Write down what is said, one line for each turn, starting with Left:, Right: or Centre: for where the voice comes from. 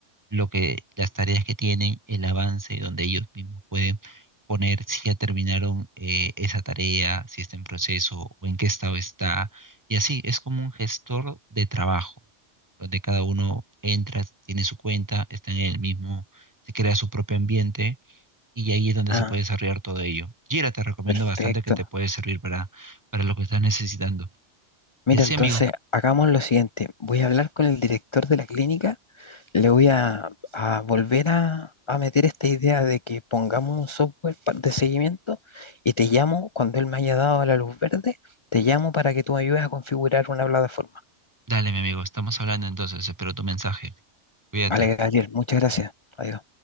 Right: lo que las tareas que tienen, el avance, donde ellos mismos pueden poner si ya terminaron eh, esa tarea, si está en proceso o en qué estado está. Y así es como un gestor de trabajo, donde cada uno entra, tiene su cuenta, está en el mismo, se crea su propio ambiente y ahí es donde
Left: Ah,
Right: se puede desarrollar todo ello. Jira, te recomiendo
Left: perfecto.
Right: bastante que te puede servir para, para lo que estás necesitando.
Left: Mira,
Right: Y así,
Left: entonces
Right: amigo,
Left: hagamos lo siguiente. Voy a hablar con el director de la clínica. Le voy a, a volver a, a meter esta idea de que pongamos un software pa- de seguimiento y te llamo cuando él me haya dado la luz verde. Te llamo para que tú me ayudes a configurar una plataforma.
Right: dale, mi amigo, estamos hablando entonces, espero tu mensaje. Cuídate.
Left: Vale, Gabriel, muchas gracias. Adiós.